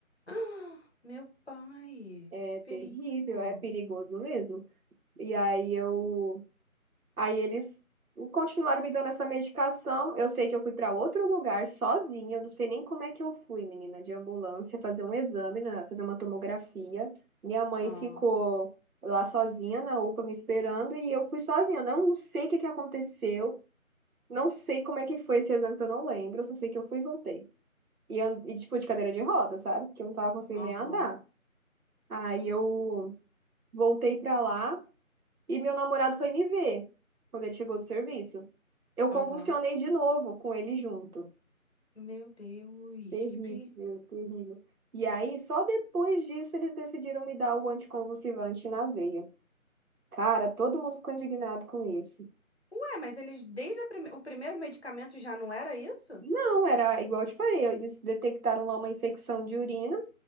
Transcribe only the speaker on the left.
Ah, meu pai,
que perigo!
Ah.
Aham,
aham.
Meu Deus,
que perigo.
Ué, mas eles, desde a prime- o primeiro medicamento já não era isso?